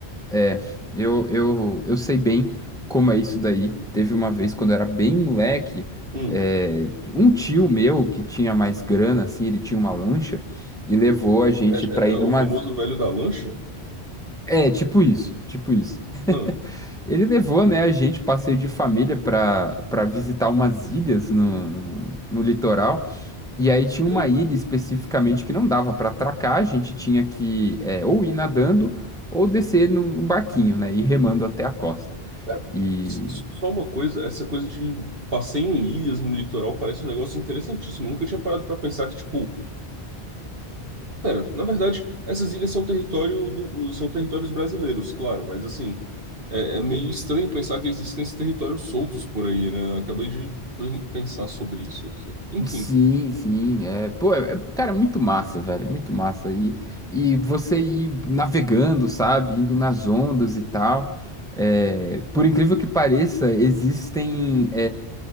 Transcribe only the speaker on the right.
Hum,
é,
é-
é o
famoso velho da lancha?
Ah,
sei.
Cara,
s- só uma coisa, essa coisa de passeio em ilhas no litoral parece um negócio interessantíssimo. Eu nunca tinha parado pra pensar que, tipo. Pera, na verdade, essas ilhas são território do, são territórios brasileiros, claro, mas assim, é, é meio estranho pensar que existem esses territórios soltos por aí, né? Eu Acabei de pen- pensar sobre isso aqui. Enfim.